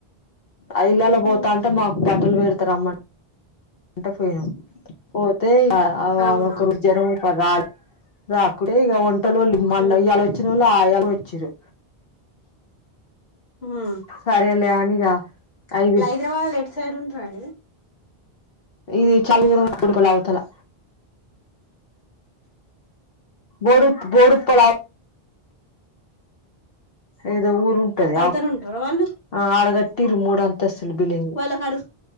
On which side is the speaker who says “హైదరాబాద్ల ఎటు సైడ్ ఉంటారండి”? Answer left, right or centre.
Left